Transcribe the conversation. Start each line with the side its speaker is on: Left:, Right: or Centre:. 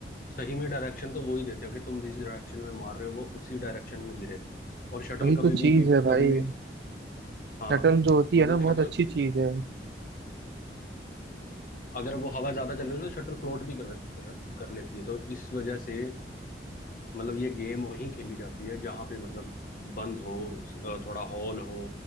Left: सही में डायरेक्शन तो वो ही देते हैं कि तुम जिस डायरेक्शन में मार रहे हो वो उसी डायरेक्शन में गिरे और शटल
Right: वही
Left: कभी
Right: तो चीज
Left: भी, भी
Right: है भाई
Left: कभी भी हाँ
Right: शटल जो होती
Left: मतलब
Right: है ना
Left: शटल
Right: बहुत अच्छी चीज है
Left: अगर वो हवा ज्यादा चल रही है तो शटल फ्लोट भी कर, कर लेती है तो इस वजह से मतलब ये गेम वहीं खेली जाती है जहां पे मतलब बंद हो अ, थोड़ा हॉल हो